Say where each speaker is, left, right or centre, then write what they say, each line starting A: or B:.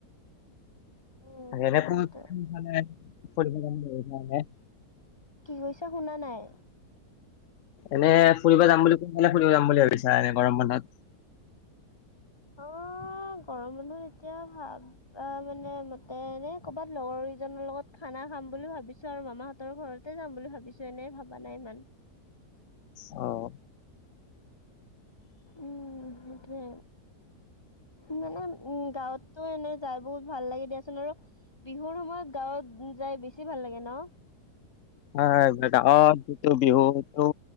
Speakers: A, on the left (about 15°); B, on the left (about 60°).
A: উম
B: তাকে এতিয়া
A: সেইটোৱে
B: কোন কোন ফালে ফুৰিব যাম বুলি ভাবিছা এনেই।
A: কি কৈছা শুনা নাই!
B: এনে ফুৰিব যাম বুলি কৈ কোন ফালে ফুৰিব যাম বুলি ভাবিছা এনে গৰম বন্ধত।
A: অঁ গৰম বন্ধ এতিয়া ভাব- অঁ মানে মতে ন কৰ'বাত লগৰ কেইজনৰ লগত খানা খাম বুলি ভাবিছো আৰু মামাহত- তৰ ঘৰতে যাম বুলি ভাবিছো এনেই ভাবা নাই ইমান।
B: অ
A: উম, সেইটোৱে। মানে উম গাঁৱততো এনেই যাই বহুত ভাল লাগে দিয়াচোন, আৰু- বিহুৰ সময়ত গাঁৱত যাই বেছি ভাল লাগে ন।
B: হয় গাঁৱত যিটো বিহু এইটো